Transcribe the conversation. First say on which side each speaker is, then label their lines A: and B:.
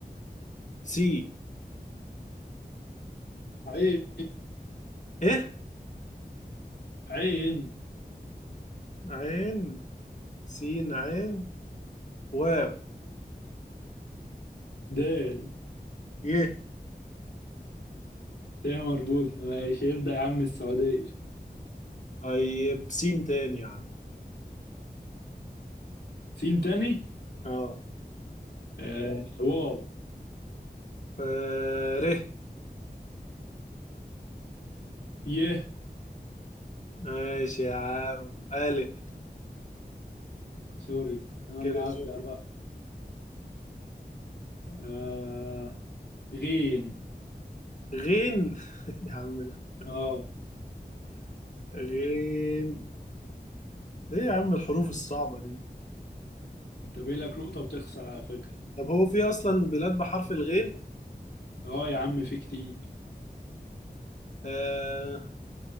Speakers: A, on the left; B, on the left.
A: سي
B: عين
A: ايه
B: عين
A: عين سين عين واو
B: دال
A: يه
B: ت مربوط ماشي ابدأ يا عم السعودية
A: طيب سين تاني يا عم
B: سين تاني
A: اه
B: آه واو
A: آه، ر
B: يه
A: ماشي يا عم ألف
B: سوري انا
A: كده
B: اللي هبدأ
A: شوف
B: بقى آه غين
A: غين <laughs> يا عم ال-
B: اه
A: غين ايه يا عم الحروف الصعبة دي
B: انت باقي لك نقطة وتخسر على فكرة
A: طب هو في أصلا بلاد بحرف الغين
B: اه يا عم في كتير
A: آه